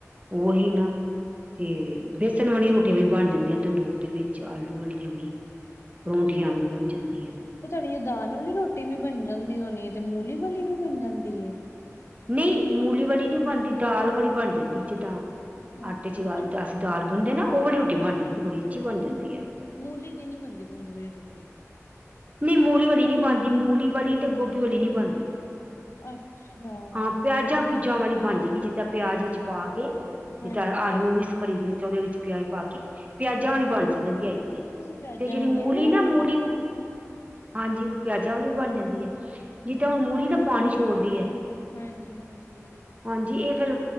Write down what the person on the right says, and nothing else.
ਔਹੀ ਨਾ। ਤੇ ਬੇਸਨ ਵਾਲੀਆਂ ਰੋਟੀਆਂ ਵੀ ਬਨ ਜੈਂਦੀਆਂ ਤੰਦੂਰ ਦੇ ਵਿੱਚ ਆਲੂ ਵਾਲੀਆਂ ਵੀ। ਪਰੌਂਠੀਆਂ ਵੀ ਬਨ ਜੈਦੀਆਂ।
ਨਈ ਮੂਲੀ ਵਾਲੀ ਨਹੀ ਬਨਦੀਦਾਲ ਵਾਲੀ ਬਨ ਜੈਂਦੀ ਜਿੱਦਾਂ ਆਟੇ
ਚ ਲਗਾ।
ਤੇ ਅਸੀਂ ਦਾਲ ਗੁਨਦੇ ਨਾ ਔ ਵਾਲੀ ਰੋਟੀ ਬਨ ਜੈਂਦੀ ਬੜੀ ਅੱਛੀ ਬਨ ਜੈਂਦੀ ਐ ਬੜੀ ਅੱਛੀ ਤਰਾਂ ਬਨ ਜੈਂਦੀ ਐ।
ਨਈ ਮੂਲੀ ਵਾਲੀ ਨਈ ਬਨਦੀ ਮੂਲੀ ਵਾਲੀ ਤੇ ਗੋਭੀ ਵਾਲੀ ਨਈ ਬਨਦੀ।
ਹਾਂ ਪਿਆਜ਼ਾ
ਪੂਜਾਂ ਵਾਲੀ ਬਨ ਜੈਦੀਂ। ਜਿੱਦਾਂ ਪਿਆਜ ਵਿੱਚ ਪਾ ਕੇ
ਜਿੱਦਾਂ ਆਲੂ ਮਿਕਿਸ ਪਰੀ ਵੀ ਥੋੜੇ ਚ ਪਿਆਜ ਪਾ ਕੇ ਪਿਆਜ਼ਾਂ ਵਾਲੀ ਬਨ ਸਕਦੀ ਹੈਗੀ ਏ।
ਤੇ ਜੇੜੀ
ਮੂਲੀ
ਨਾ ਮੂਲੀ
ਹਾਂਜੀ, ਪਿਆਜ਼ਾਂ ਵਾਲੀ ਬਨਜੈਂਦੀ ਐ। ਜਿੱਦਾਂ ਹੁਨ ਮੂਲੀ ਨਾ ਪਾਨੀ ਛੋੜਦੀ ਐ।
ਹਾਂਜੀ, ਇਹ ਫੇਰ